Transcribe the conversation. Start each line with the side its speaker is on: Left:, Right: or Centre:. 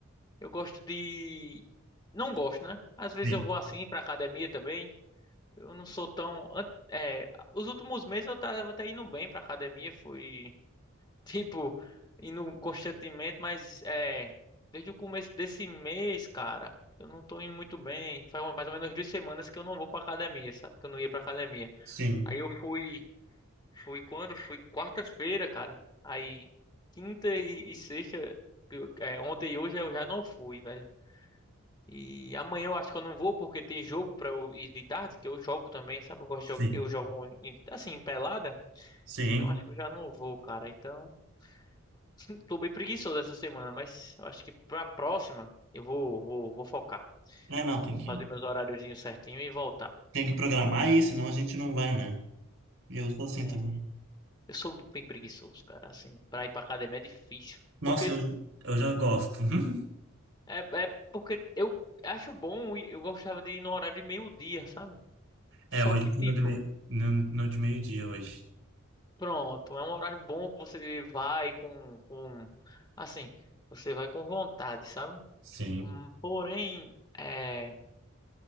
Left: eu gosto de, não gosto, né? Às vezes
Right: Sim,
Left: eu vou assim pra academia também. Eu não sou tão, an- é, os últimos meses eu tava até indo bem pra academia, fui Tipo, indo constantemente, mas é. Desde o começo desse mês, cara, eu não tô indo muito bem. Faz um, mais ou menos duas semanas que eu não vou pra academia, sabe? Que eu não ia pra academia.
Right: sim,
Left: Aí eu fui. Fui quando? Fui quarta-feira, cara. Aí, quinta e, e sexta. eu- é, ontem e hoje eu já não fui, velho. E amanhã eu acho que eu não vou porque tem jogo pra eu ir de tarde, que eu jogo também, sabe? Eu gosto
Right: <laughs> Sim,
Left: de, jo- eu jogo em- assim, em pelada.
Right: sim.
Left: Então acho que eu já não vou, cara. Então. <laughs> Tô bem preguiçoso essa semana, mas eu acho que pra próxima eu vou, vou, vou focar.
Right: é, não, tem
Left: Vou
Right: que,
Left: fazer meus horáriozinhos certinho e voltar.
Right: tem que programar isso, senão a gente não vai, né, e eu sou assim
Left: É,
Right: também.
Left: eu sou bem preguiçoso, cara, assim, pra ir pra academia é difícil.
Right: Nossa,
Left: Porque,
Right: eu, Eu já gosto. <laughs>
Left: é, é porque eu acho bom, e eu gostava de ir no horário de meio-dia, sabe?
Right: É,
Left: Só
Right: hoje
Left: que,
Right: eu
Left: tipo,
Right: fui no de, mei- no, no de meio-dia hoje.
Left: pronto, é um horário bom que você vai com, com, assim, você vai com vontade, sabe?
Right: Sim,
Left: Hum, Porém, é.